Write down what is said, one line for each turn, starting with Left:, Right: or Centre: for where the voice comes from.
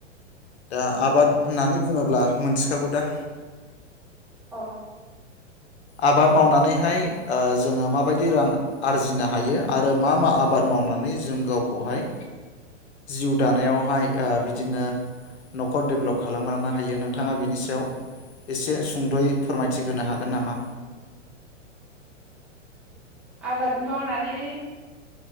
Left: दा आबाद होननानै बुङोब्ला मोनथिखागौ दा?
Centre: अ
Left: आबाद मावनानैहाय जोङो माबायदि रां आरजिनो हायो आरो मा मा आ बाद मावनानै जों गावखौहाय जिउ दानायावहाय बिदिनो न'खर डेभेलप खालामलांनो हायो नोंथाङा बिनि सायाव एसे सुंदयै फोरमायथिहोनो हागोन नामा?
Centre: आबाद मावनानै